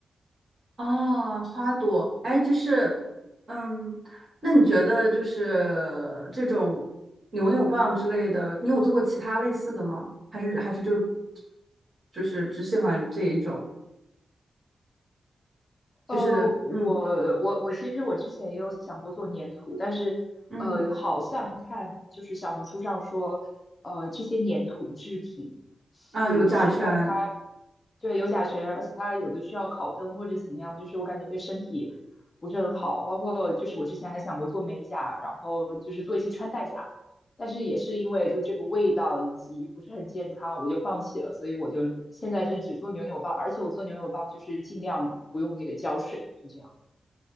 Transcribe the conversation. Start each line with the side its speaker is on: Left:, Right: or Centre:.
Right: 啊，花朵，哎，就是，嗯，那你觉得就是这种扭扭棒之类的，你有做过其他类似的吗？还是还是就就是只喜欢这一种？
Left: 呃，
Right: 就是嗯
Left: 我我我其实我之前也有想过做粘土，但是呃好像看就是小红书上说，
Right: 嗯
Left: 呃这些粘土制品是是包括它。
Right: 啊，有甲醛
Left: 对，有甲醛，而且它有的需要烤灯或者怎么样，就是我感觉对身体不是很好。包括就是我之前还想过做美甲，然后就是做一些穿戴甲，但是也是因为就这个味道以及不是很健康，我就放弃了。所以我就现在是只做牛油棒，而且我做牛油棒就是尽量不用那个胶水，是这样。